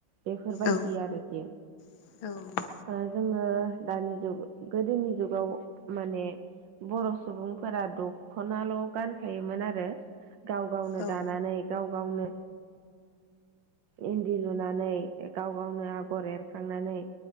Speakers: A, on the right; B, on the left.
A: बेफोरबायदि
B: औ
A: आरोखि।
B: औ
A: ओ जोङो दानि जुग गोदोनि जुगाव माने बर' सुबुंफोरा दख'नाल' गानखायोमोन आरो। गाव- गावनो
B: औ
A: दानानै गाव- गावनो इन्दि लुनानै गाव गावनो आगर एरखांनानै